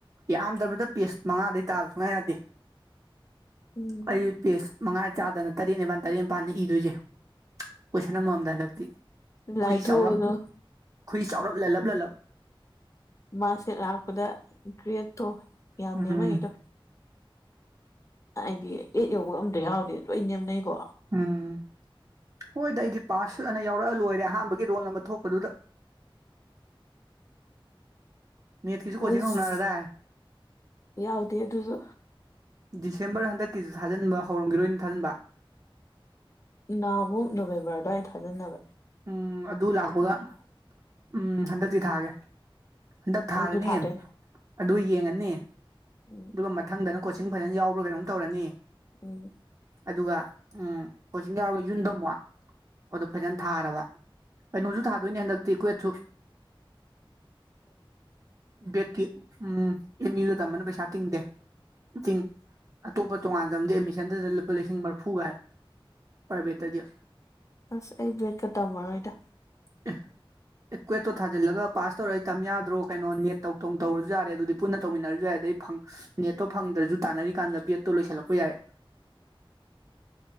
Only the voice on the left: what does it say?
ꯎꯝ
ꯂꯥꯏꯊꯣꯛꯎꯗꯣ
ꯃꯥꯁꯦ ꯂꯥꯛꯄꯗ ꯒ꯭ꯔꯦꯠꯇꯣ ꯌꯥꯝꯅꯤ
ꯑꯃꯗꯣ ꯍꯥꯏꯗꯤ ꯑꯦꯠ ꯌꯧꯕ ꯑꯝꯗ ꯌꯥꯎꯗꯦ ꯂꯣꯏ ꯅꯦꯝꯅꯩꯀꯣ
ꯑꯁ
ꯌꯥꯎꯗꯦ ꯑꯗꯨꯁꯨ
ꯅꯍꯃꯨꯛ ꯅꯣꯕꯦꯝꯕꯔ ꯑꯗꯨꯋꯥꯏꯗ ꯊꯥꯖꯅꯕꯅꯦ
ꯑꯩꯁꯨ ꯊꯥꯗꯣꯏꯅꯦ
ꯎꯝ
ꯎꯝ
ꯎꯝ
ꯑꯁ ꯑꯩ ꯕ꯭ꯔꯦꯗꯀ ꯇꯝꯃꯔꯣꯏꯗ